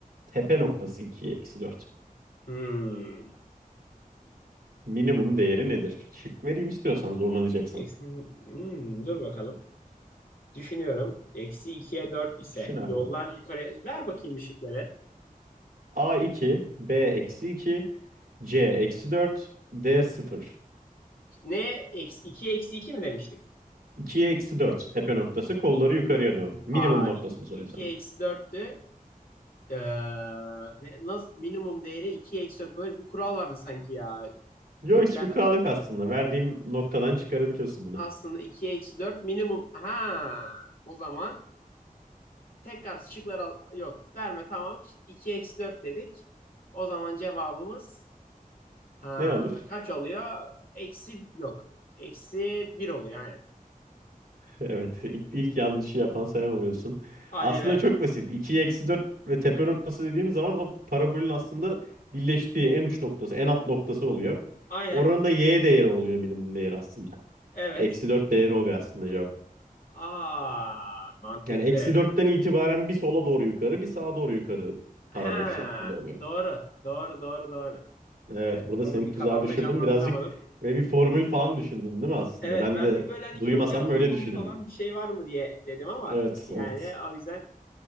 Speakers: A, on the right; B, on the left.
A: tepe noktası 2'ye eksi 4.
B: Hmm.
A: Minimum değeri nedir? Şık vereyim istiyorsan zorlanacaksın.
B: Eksi, hmm, dur bakalım. Düşünüyorum. Eksi 2'ye 4 ise
A: Düşün abi.
B: yollar yukarıya... Ver bakayım ışıkları.
A: A2, B eksi 2, C eksi 4, D sıfır
B: Ne? Eksi, 2'ye eksi 2 mi demiştik?
A: 2'ye eksi 4 tepe noktası kolları
B: İ-
A: yukarıya doğru. Minimum
B: Aa,
A: noktasını soruyorum
B: 2'ye
A: sana.
B: eksi 4'tü. Ee, ne- nasıl, minimum değeri 2'ye eksi 4. Böyle bir kural vardı sanki ya.
A: Yo
B: Köklerde
A: hiçbir kural
B: top.
A: yok aslında. Verdiğim noktadan çıkarabiliyorsun bunu.
B: Aslında 2'ye eksi 4 minimum. Ha, o zaman Tekrar şıkları al- yok. Verme tamam. 2 eksi 4 dedik. O zaman cevabımız ha,
A: Ne olur?
B: kaç
A: <laughs>
B: oluyor? Eksi yok. Eksi bir oluyor aynen.
A: Evet, ilk, ilk yanlışı yapan sen oluyorsun.
B: Hadi
A: Aslında
B: be.
A: çok basit. 2'ye eksi 4 ve tepe noktası dediğimiz zaman o parabolün aslında birleştiği en uç noktası, en alt noktası oluyor.
B: Aynen.
A: Oranın da y değeri oluyor minimum değeri aslında.
B: Evet.
A: Eksi 4 değeri oluyor aslında cevap.
B: Aa mantıklı.
A: Yani eksi dörtten itibaren bir sola doğru yukarı, bir sağa doğru yukarı
B: Ha
A: parabol şeklinde oluyor.
B: doğru. Doğru doğru doğru.
A: Evet,
B: Evet
A: burada
B: onu
A: seni
B: bir
A: tuzağa
B: kafamda
A: düşürdüm.
B: canlandıramadım.
A: Birazcık ve bir formül falan düşündün değil mi aslında?
B: Evet
A: Ben
B: ben
A: de
B: bir böyle hani
A: duymasam
B: kökler toplamı
A: öyle düşünürdüm.
B: falan bir şey var mı diye dedim ama
A: Evet,
B: yani
A: evet.
B: o yüzden